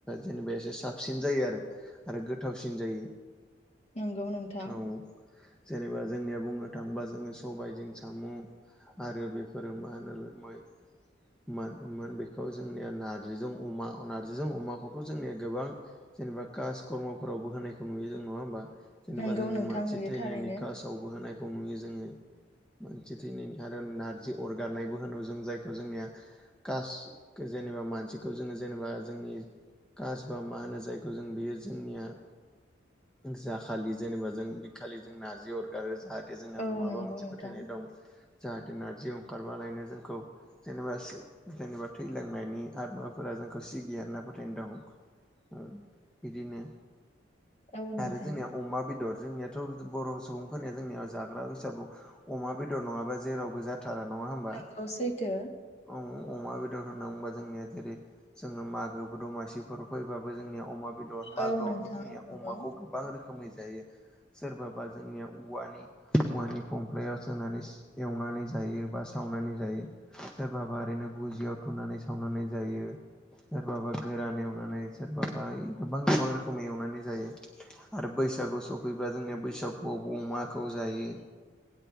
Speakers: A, in the centre; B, on the left.
A: जेनेबा एसे साबसिन जायो आरो आरो गोथावसिन जायो
B: नंगौ नोंथां
A: औ जेनेबा जोंनिया बुंनो थाङोबा जोङो सबाइजों साम' आरो बेफोरो मा होनो मै मोन मोन बे खौ जोंनिया नार्जिजों अमा नार्जिजों अमाखौथ' जोंनिया गोबां जेनेबा कास कर्मफोरावबो होनायखौ नुयो जों नङा होमबा जेनेबा
B: नंगौ
A: जोंनि
B: नोंथां
A: मानसि
B: नुयो
A: थैनायनि
B: थारैनो
A: कास दावबो होनायखौ नुयो जोङो मानसि थैनायनि आरो नारजि अरगारनायबो होनो जों जायखौ जोंनिया कास जेनेबा मानसिखौ जोङो जेनेबा जोंनि कास बा मा होनो जायखौ जों बेयो जोंनिया जाखालि जेनेबा जों बिखालि जों नारजि अरगारो जाहाथे जोंहा
B: औ
A: माबा
B: नंगौ
A: मोनसे
B: नोंथां।
A: फोथायनाय दं जाहाथे नारजि अखारबालायनो जोंखौ जेनेबा जेनेबा थैलांनायनि आदमाफोरा जोंखौ सिगिया होनना फोथायनाय दं बिदिनो
B: औ नोंथां।
A: आरो जोंनिया अमा बेदर जोंनियाथ' बर' सुबुंफोरनिया जोंनियाव जाग्रा हिसाबाव अमा बेदर नङाबा जेरावबो जा थारा नङा होमबा
B: नंगौ सैथो
A: औ अमा बे दर होनना बोबा जोंनिया जेरै जोङो मागो दमासिफोर फैबाबो जोंनिया अमा बे दर मागोआवथ'
B: औ नोंथां
A: जोंनिया
B: नंगौ
A: अमाखौ गोबां रोखोमै जायो सोरबाबा जोंनिया औवानि औवानि फंफ्लायाव सोनानै एवनानै जायो बा सावनानै जायो सोरबाबा ओरैनो गुजियाव थुनानै सावनानै जायो सोरबाबा गोरान एवनानै सोरबाबा गोबां गोबां रोखोमै एवनानै जायो आरो बैसागु सफैब्ला जोंनिया बैसागुआव अमाखौ जायो